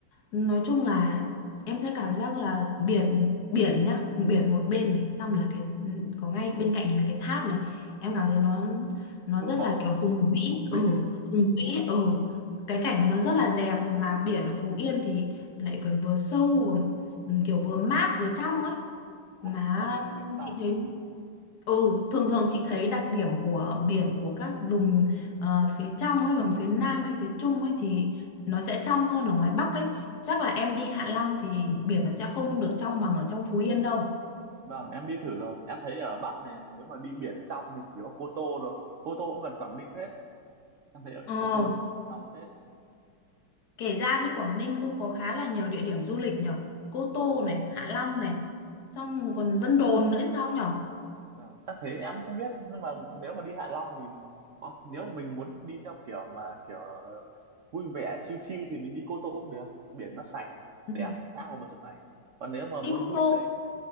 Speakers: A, on the left; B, on the right.
A: nói chung là em sẽ cảm giác là biển biển nhá biển một bên này xong là cái có ngay bên cạnh là cái tháp này em cảm thấy nó nó
B: thơ
A: rất
B: mộng
A: là kiểu hùng vĩ
B: hùng vĩ
A: ừ hùng
B: đúng
A: vĩ
B: không
A: ấy, ừ cái cảnh của nó rất là đẹp mà biển ở Phú Yên thì lại còn vừa sâu ừ, kiểu vừa mát vừa trong ấy
B: ui
A: mà
B: em thích nước biển trong
A: chị thấy ừ, thường thường chị thấy đặc điểm của biển của các vùng ờ, phía trong ấy vùng phía Nam hay phía Trung ấy thì nó sẽ trong hơn ở ngoài Bắc đấy chắc là em đi Hạ Long thì biển nó sẽ không được trong bằng ở trong Phú Yên đâu
B: vâng em đi thử rồi em thấy ở Bắc này nếu mà đi biển trong thì chỉ có Cô Tô rồi Cô Tô cũng gần Quảng Ninh thế em thấy ở
A: ờ,
B: Cô Tôn xong phết
A: kể ra như Quảng Ninh cũng có khá là nhiều địa điểm du lịch nhở Cô Tô
B: Vâng,
A: này Hạ Long này xong còn Vân Đồn nữa sao nhở
B: vâng. chắc thế em không biết nhưng mà nếu mà đi Hạ Long thì có nếu mà mình muốn đi theo kiểu mà kiểu vui vẻ chill chill thì mình đi Cô Tô cũng được biển nó sạch
A: ừ.
B: đẹp tha hồ mà chụp ảnh còn nếu mà
A: đi
B: muốn
A: Cô
B: vui
A: Tô
B: chơi